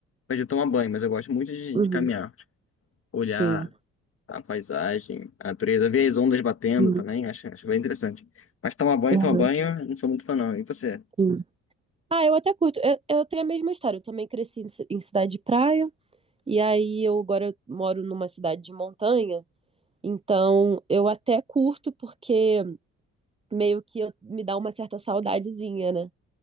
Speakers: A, on the left; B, on the right.
A: mas de tomar banho, mas eu gosto muito de,
B: Uhum.
A: de caminhar, olhar
B: Sim.
A: a paisagem, a natureza. Eu vi as ondas batendo
B: Uhum.
A: também, acho, acho bem interessante. Mas tomar banho,
B: Uhum.
A: tomar banho, não sou muito fã não. E você?
B: Sim. Ah, eu até curto. Eu, eu tenho a mesma história. Eu também cresci em, ci- em cidade de praia. E aí eu agora moro numa cidade de montanha. Então eu até curto porque meio que eu- me dá uma certa saudadezinha, né?